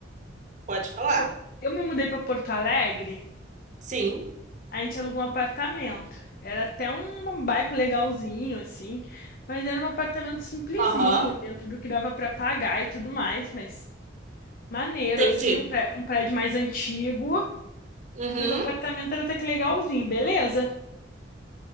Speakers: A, on the right; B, on the left.
A: Pode falar.
B: Pô, Eu me mudei pra Porto Alegre,
A: Sim.
B: a gente alugou um apartamento. Era até um bairro legalzinho, assim, mas era um apartamento simplesinho,
A: Aham,
B: dentro do que dava pra pagar e tudo mais, mas maneiro,
A: entendi.
B: assim, um pré- um prédio mais antigo,
A: Uhum.
B: mas o apartamento era até que legalzinho, beleza?